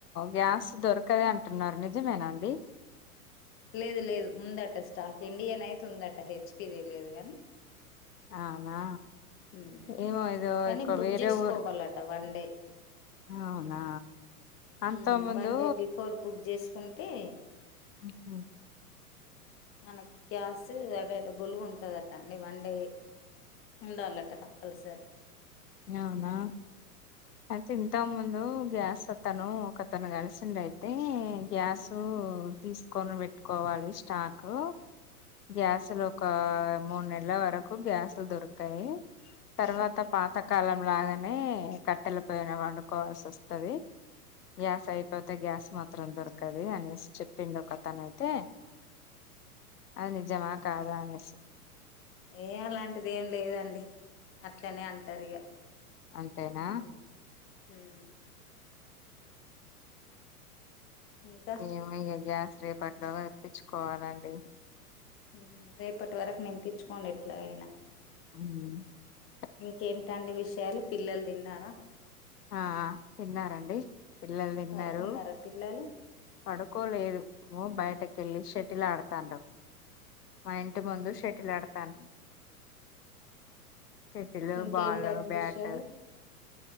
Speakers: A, on the left; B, on the left.
A: గ్యాస్ దొరకది అంటున్నారు నిజమేనా అండి
B: లేదు లేదు ఉందట స్టాక్ ఇండియన్ అయితే ఉందట హెచ్ పి ది తెలియదు గాని
A: అవునా
B: ఉమ్
A: ఏమో ఏదో
B: కానీ
A: ఇక
B: బుక్
A: వేరే
B: చేసుకోవాలట
A: ఊరు
B: వన్ డే
A: అవునా అంత
B: ఉమ్
A: ముందు
B: వన్ డే బిఫోర్ బుక్ చేసుకుం టే
A: మ్ హ్మ్
B: మనకి గ్యాస్ అవైలబుల్ ఉంటదట అండి వన్ డే ఉండాలట కంపల్సరీ
A: అవునా అయితే ఇంత ముందు గ్యాస్ అతను ఒకతను గలిసిండు అయితే గ్యాస్
B: ఉమ్
A: తీసుకొని పెట్టుకోవాలి స్టాక్ గ్యాసులు ఒక మూడు నెలల వరకు గ్యాసులు దొరకాయి తర్వాత
B: ఉమ్
A: పాతకాలం లాగానే కట్టెల పోయిన వండుకోవాల్సి వస్తది గ్యాస్ అయిపోతే గ్యాస్ మాత్రం దొరకది అనేస్ చెప్పిండు ఒక ఆతను అయితే అది నిజమా కాదా అనేసి
B: ఏ అలాంటిది ఏం లేదండి అట్లనే అంటారు ఇగ
A: అంతేనా
B: ఉమ్ ఉమ్ ఇంకా
A: ఏమో ఇగ గ్యాస్ రేపట్లోగ తెప్పిచ్చుకోవాలండి
B: మ్ రేపటి వరకు నింపించుకోండి ఎట్లాయినా
A: మ్
B: ఇంకెంటండీ విషయాలు పిల్లలు తిన్నారా
A: ఆ తిన్నారండి పిల్లలు తిన్నారు
B: పడుకున్నారా పిల్లలు
A: పడుకోలేదు బయటకెళ్ళి షటిల్ ఆడతాండ్రు మా ఇంటి ముందు షెటిల్ ఆడతాండ్రు షెటిల్
B: ఇంకేంటండి
A: బాల్ బ్యాట్
B: విషయాలు